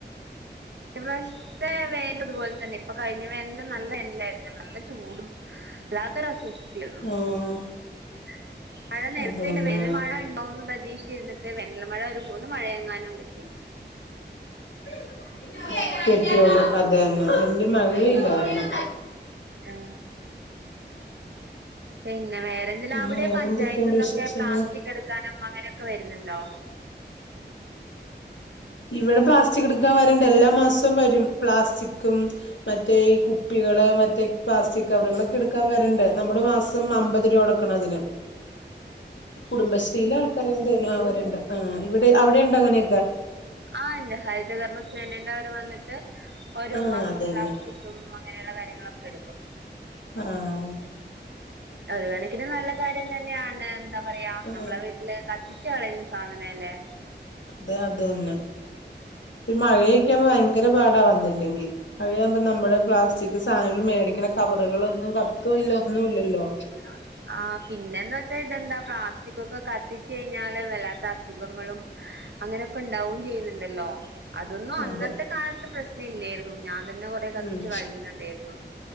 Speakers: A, on the right; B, on the left.
A: ഇപ്രാവശ്യത്തെ വേനല് ഇതുപോലെ തന്നെ. ഇപ്പൊ കഴിഞ്ഞ വേനല് നല്ല വേനലായിരുന്നല്ലോ. നല്ല ചൂടും. <unintelligible>
B: ഉം
A: <unintelligible> മഴ നേരത്തല്ല
B: അതന്നെ
A: വേന മഴ ഉണ്ടാവുന്ന് പ്രതീക്ഷിച്ചിരുന്നിട്ട് വേനൽമഴ ഒരു മൂന്ന് മഴയെങ്ങാനും കിട്ടി.
B: <inaudible> കെട്ട്യോൾ അതെന്നെ വല്ല്യ മഴയെ ഇല്ലായിരുന്നു.
A: ആ പിന്നെ വേറെ.. ല
B: പിന്നെ
A: അവിടെ
B: വേറെന്തൊക്കെയുണ്ട്
A: പഞ്ചായത്ത്ന്നൊക്കെ
B: വിശേഷങ്ങള്
A: പ്ലാസ്റ്റിക് എടുക്കാനും അങ്ങനൊക്കെ വരുന്നുണ്ടോ?
B: ഇവിടെ പ്ലാസ്റ്റിക് എടുക്കാൻ വരണ്ട് എല്ലാ മാസവും വരും പ്ലാസ്റ്റിക്കും മറ്റേ ഈ കുപ്പികള് മറ്റേ പ്ലാസ്റ്റിക് കവർകളൊക്കെ എടുക്കാൻ വരണ്ട് നമ്മള് മാസ്.. മ അമ്പത് രൂപ അടക്കണം ഇതിന്
A: ഉ
B: കുടുംബശ്രീയിലെ ആൾക്കാര തോന്നുന്നു. അവരുണ്ട് ആ ഇവിടെ അവിടെ ഉണ്ട് അങ്ങനെ.
A: ആണ്ട്. ഹരിതകർമ്മ സേനന്റെ അവര് വന്നിട്ട് ഓരോ
B: ആ
A: മാസം
B: അതന്നെ
A: പ്ലാസ്റ്റിക്.. തും അങ്ങനെയുള്ള കാര്യങ്ങളൊക്കെ എടുക്കും.
B: ആഹ്
A: ഒരു കണക്കിന് നല്ല കാര്യം തന്നെയാണ് എന്താ പറയാ
B: ആ
A: നമ്മളെ വീട്ടില് കത്തിച്ചളയുന്നസാധനല്ലേ.
B: അതെ അതന്നെ ഇപോ ഈ മഴൊകവുമ്പോ ഭയങ്കരപാടാ വന്നില്ലെങ്കി അതിയാവുമ്പോ നമ്മുടെ പ്ലാസ്റ്റിക് സാധനങ്ങൾ മേടിക്കണ കവറുകളൊന്നും കത്തോ ഇല്ല ഒന്നും ഇല്ലല്ലോ.
A: <unintelligible> ആ പിന്നെന്നാ വെച്ചാൽ ഇതെന്താ പ്ലാസ്റ്റിക് ഒക്കെ കത്തിച്ചഴിഞ്ഞാല് വല്ലാത്ത അസുഖങ്ങളും <inaudible> അങ്ങനെയൊക്കെണ്ടാവും ചെയ്യുന്നുണ്ടല്ലോ. അതൊന്നും
B: ആ
A: അന്നത്തെ
B: അതെ
A: കാലത്ത് പ്രശ്നല്ലേര്ന്നു. ഞാൻ.. അതന്നെ കൊറെ കത്തിച്ച്
B: ഉം
A: കളഞ്ഞിട്ടുണ്ടേര്ന്നു.